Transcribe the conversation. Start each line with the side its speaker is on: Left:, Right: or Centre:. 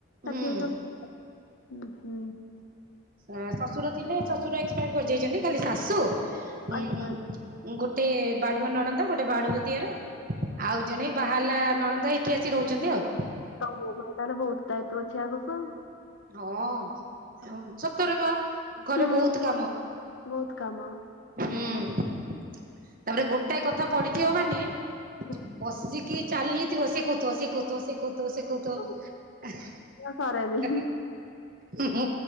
Left: ତ
Right: ହୁଁ
Left: ଠିକ୍ ଅଛନ୍ତି। ଉଁ ହୁଁ।
Right: ଶ୍ୱଶୁର ଥିଲେ ଶ୍ୱଶୁର ଏକ୍ସପାଡ କରି ଯାଇଛନ୍ତି। ଖାଲି ଶାଶୁ ହୁଁ
Left: ଆଚ୍ଛା
Right: ମୁଁ ଗୋଟ୍ ଗୋଟେ ବାଡୁଅ ନଣନ୍ଦ ଗୋଟେ ବାଡୁଅ ଦିଅର? ଆଉ ଜଣେ ବାହାହେଲା ନଣନ୍ ଏଇଠି ଆସି ରହୁଛନ୍ତି ଆଉ।
Left: ତମ ତାହେଲେ ବହୁତ ଦାୟିତ୍ଵ ଅଛି ଆଗକୁ ଆଉ।
Right: ହଁ ସତରେ ବା ଘରେ
Left: ହୁଁ
Right: ବହୁତ କାମ
Left: ବହୁତ କାମ
Right: <inaudible> ହୁଁ। <inaudible> ତାପରେ ଗୋଟାଏ କଥା ପଢିଥିବ ମାନେ
Left: ହୁଁ।
Right: ବସିକ୍ କି ଚାଲି ଥିବ ସିଏ କହୁଥିବ ସିଏ କହୁଥିବ ସିଏ କହୁଥିବ ସିଏ କହୁଥିବ।
Left: ନିହାତି
Right: <inaudible>
Left: ସରେନି
Right: ହୁଁ ହୁଁ।